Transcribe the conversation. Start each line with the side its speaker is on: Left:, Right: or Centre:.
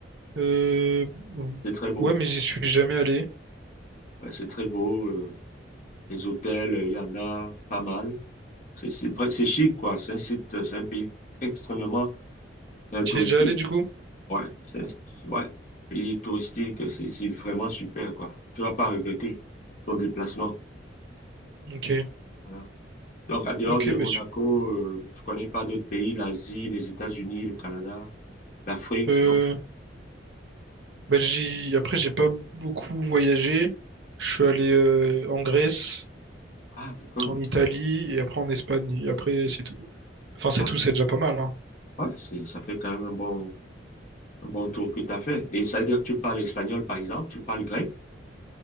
Right: euh,
Left: C'est très beau.
Right: ouais, mais j'y suis jamais allé.
Left: Ouais, c'est très beau. euh, les hôtels, euh, il y en a pas mal. C'est c'est vrai, c'est chic, quoi. C'est un site, euh, c'est un pays extrêmement euh,
Right: Tu
Left: touristique.
Right: y es déjà allé du coup?
Left: Ouais, c'est un ouais, pays touristique, c'est c'est vraiment super, quoi. Tu vas pas regretter ton déplacement.
Right: Ok,
Left: Euh, Donc, en dehors
Right: ok,
Left: de Monaco,
Right: bah, su-
Left: euh, tu connais pas d'autres pays, l'Asie, les États-Unis, le Canada, l'Afrique,
Right: euh,
Left: non?
Right: bah, j'y, après, j'ai pas beaucoup voyagé. Je suis allé euh, en Grèce,
Left: Ah, d'accord.
Right: en Italie et après en Espagne. Et après, c'est tout. Enfin, c'est
Left: Ah,
Right: tout, c'est déjà pas mal, hein.
Left: ouais, c'est, ça fait quand même un bon, un bon tour que tu as fait. Et ça veut dire que tu parles espagnol, par exemple, tu parles grec?